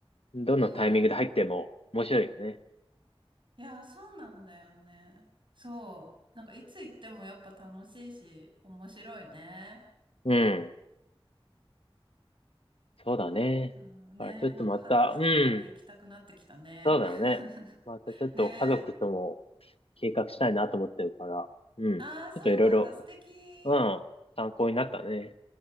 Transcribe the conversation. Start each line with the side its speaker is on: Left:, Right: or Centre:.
Left: どのタイミングで入っても面白いよね。
Right: ん。いや、そうなんだよね。そう。なんかいつ行ってもやっぱ楽しいし、面白いね。
Left: うん、そうだね。
Right: うんね、
Left: だからちょっとまた、
Right: なんか話してたら行きたくなってきたね。
Left: うん、そうだよね。またちょっと家族とも
Right: <laughs> ね。
Left: 計画したいなと思ってるから、うん、
Right: ああ、
Left: ちょっといろいろ、
Right: そうなんだ。素敵。
Left: うん、参考になったね。